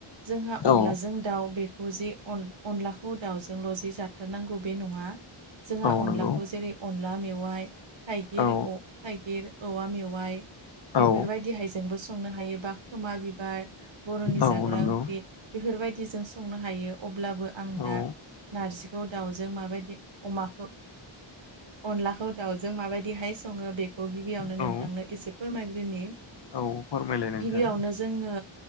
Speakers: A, on the right; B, on the left.
A: जोंहा अनलाजों
B: औ
A: दाउ बेखौ जे अनलाखौ दाउजोंल' जि जाथारनांगौ बे नङा जोंहा
B: औ
A: अनलाखौ
B: नंगौ
A: जेरै अनला मेवाइ थाइगिर
B: औ
A: थाइगिर औवा मेवाइ बेफोरबायदिहाय
B: औ
A: जोंबो संनो हायो बा खोमा बिबार बर'नि
B: औ
A: जाग्रा
B: नंगौ
A: ओंख्रि बेफोरबायदिजों संनो हायो अब्लाबो आं
B: औ
A: दा नारजिखौ दाउजों माबायदि अमाखो अनलाखौ दाउजों माबायदिहाय सङो बेखौ गिबियावनो
B: औ
A: नोंथांनो एसे फोरमायग्रोनि।
B: औ। फोरमायलाय नोंथां
A: गिबियावनो जोंनो